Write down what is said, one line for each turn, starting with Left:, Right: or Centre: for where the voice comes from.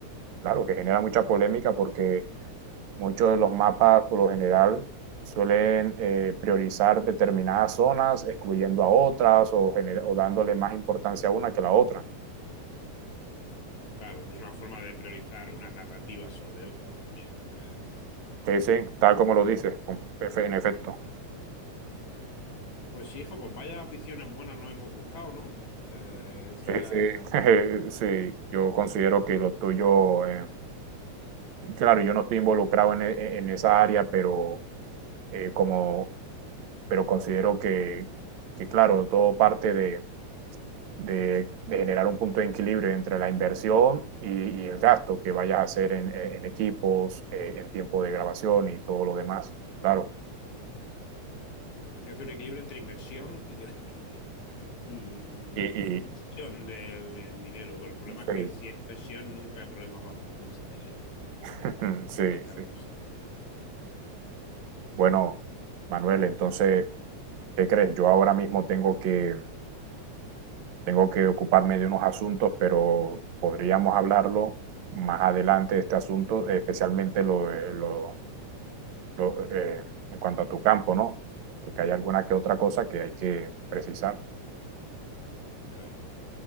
Right: Claro, que genera mucha polémica porque muchos de los mapas por lo general suelen eh, priorizar determinadas zonas, excluyendo a otras o, gener- o dándole más importancia a una que a la otra.
Left: claro, que es una forma de priorizar unas narrativas sobre otras también. Es...
Right: Que sí, tal como lo dices, con- en efecto.
Left: hmm. Pues sí, hijo, pues vaya aficiones buenas nos hemos buscado, ¿no? Eh, esa,
Right: Sí, sí, <laughs> sí, yo considero que lo tuyo, eh, claro, yo no estoy involucrado en, e- en esa área, pero eh, como, pero considero que, que, claro, todo parte de, de, de generar un punto de equilibrio entre la inversión y, y el gasto que vayas a hacer en, e, en equipos, eh, en tiempo de grabación y todo lo demás, claro.
Left: que hace un equilibrio entre inversión y, <laughs> que- y, y-
Right: Y, y
Left: y- y fundición del, del dinero. Pero el problema es
Right: sí,
Left: que si hay inversión, nunca hay problema para fundirse el dinero.
Right: <laughs> sí,
Left: Ahí está la
Right: sí.
Left: cosa.
Right: Bueno, Manuel, entonces, ¿qué crees? Yo ahora mismo tengo que Tengo que ocuparme de unos asuntos, pero podríamos hablarlo más adelante, de este asunto, especialmente lo, de- lo, lo eh, en cuanto a tu campo, ¿no? Porque
Left: Mm,
Right: hay alguna que otra cosa que hay que precisar.
Left: claro.